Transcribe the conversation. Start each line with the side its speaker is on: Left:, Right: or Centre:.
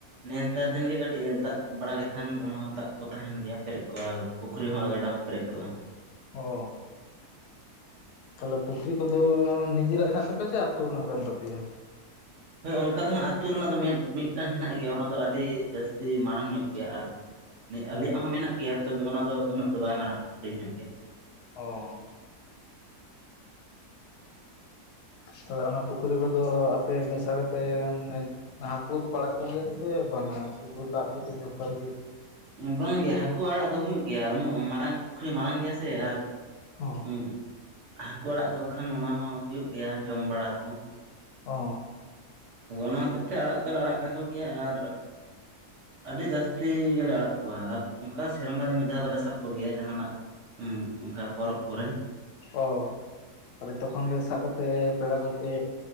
Right: ᱱᱮᱜᱼᱱᱮᱛᱟᱨ ᱫᱤᱱᱜᱮ ᱠᱟᱹᱴᱤᱡ ᱫᱟᱜ ᱵᱟᱲᱟ ᱞᱮᱠᱷᱟᱱ ᱚᱱᱟ ᱫᱟᱜ ᱠᱚ ᱛᱟᱦᱮᱱ ᱜᱮᱭᱟ ᱯᱮᱨᱮᱡ ᱠᱚᱜᱼᱟ ᱯᱩᱠᱷᱨᱤ ᱦᱚᱸ ᱟᱨ ᱜᱟᱰᱟ ᱦᱚᱸ ᱯᱮᱨᱮᱡ ᱠᱚᱜᱼᱟ᱾
Left: ᱦᱚᱻ ᱛᱟᱦᱞᱮ ᱯᱩᱠᱷᱨᱤ ᱠᱚᱫᱚ ᱱᱤᱡᱮᱨᱟᱜ ᱦᱮᱱᱟᱜ ᱛᱟᱯᱮᱭᱟ ᱥᱮ ᱟᱹᱛᱩ ᱨᱮᱱᱟᱜ ᱠᱟᱱ ᱛᱟᱯᱮᱭᱟ?
Right: ᱦᱳᱭ ᱚᱱᱠᱟ ᱫᱚ ᱦᱟᱸᱜ ᱟᱹᱛᱩ ᱨᱮᱱᱟᱜ ᱫᱚ ᱢᱮᱱ ᱢᱤᱫᱴᱟᱝ ᱦᱮᱱᱟᱜ ᱜᱮᱭᱟ ᱚᱱᱟ ᱫᱚ ᱟᱹᱰᱤ ᱡᱟᱹᱥᱛᱤ ᱢᱟᱨᱟᱝ ᱧᱚᱜ ᱜᱮᱭᱟ, ᱟᱨ ᱱᱮ ᱟᱞᱮᱭᱟᱜ
Left: ᱦᱮᱸ
Right: ᱦᱚᱸ ᱢᱮᱱᱟᱜ ᱜᱮᱭᱟ ᱛᱚᱵᱮ ᱚᱱᱟ ᱫᱚ ᱩᱱᱟᱹᱜ ᱫᱚ ᱵᱟᱭ ᱢᱟᱨᱟᱝᱼᱟ ᱦᱩᱰᱤᱧ ᱧᱚᱜ ᱜᱮᱭᱟ᱾
Left: ᱚ ᱛᱟᱦᱞᱮ ᱚᱱᱟ ᱯᱩᱠᱷᱨᱤ ᱠᱚᱫᱚ ᱟᱯᱮ ᱢᱮᱥᱟ ᱠᱟᱛᱮᱱ ᱦᱟᱹᱠᱩ ᱫᱚ ᱯᱮ ᱟᱲᱟᱜ ᱠᱚᱜᱮᱭᱟ ᱥᱮ ᱵᱟᱝᱼᱟ ᱥᱩᱫᱩ ᱫᱟᱜ ᱜᱮ ᱯᱮ ᱵᱮᱵᱷᱟᱨ ᱜᱮᱭᱟ
Right: ᱵᱟᱝᱜᱮ ᱦᱟᱹᱠᱩ ᱟᱲᱟᱜ ᱫᱚ ᱦᱩᱭᱩᱜ ᱜᱮᱭᱟ ᱩᱱᱟᱹᱜ ᱢᱟᱨᱟᱝ ᱯᱩᱠᱷᱨᱤ ᱢᱟᱨᱟᱝ ᱜᱮᱭᱟ ᱥᱮ ᱟᱨ
Left: ᱦᱚᱸ
Right: ᱦᱩᱸ ᱦᱟᱹᱠᱩ ᱟᱲᱟᱜ ᱠᱟᱠᱚ ᱠᱷᱟᱱ ᱚᱱᱟ ᱦᱚᱸ ᱦᱩᱭᱩᱜ ᱜᱮᱭᱟ ᱡᱚᱢ ᱵᱟᱲᱟ ᱠᱚ᱾
Left: ᱚ
Right: ᱟᱫᱚ ᱚᱱᱟ ᱦᱚᱛᱮᱡ ᱛᱮ ᱟᱲᱟᱜ ᱫᱚᱞᱮ ᱟᱲᱟᱜ ᱠᱟᱠᱚ ᱜᱮᱭᱟ, ᱟᱨ ᱟᱹᱰᱤ ᱡᱟᱹᱥᱛᱤ ᱜᱮᱞᱮ ᱟᱲᱟᱜ ᱠᱚᱣᱟ ᱟᱨ ᱚᱱᱠᱟ ᱥᱮᱨᱢᱟ ᱨᱮ ᱢᱤᱫ ᱫᱷᱟᱣ ᱫᱚᱞᱮ ᱥᱟᱵ ᱠᱚᱜᱮᱭᱟ ᱡᱟᱦᱟᱱᱟᱜ ᱦᱩᱸ ᱚᱝᱠᱟ ᱯᱚᱨᱚᱵᱽ ᱠᱚᱨᱮ᱾
Left: ᱚ ᱛᱟᱦᱞᱮ ᱛᱚᱠᱷᱚᱱ ᱜᱮ ᱥᱟᱵ ᱠᱟᱛᱮ ᱯᱮᱲᱟ ᱠᱚᱯᱮ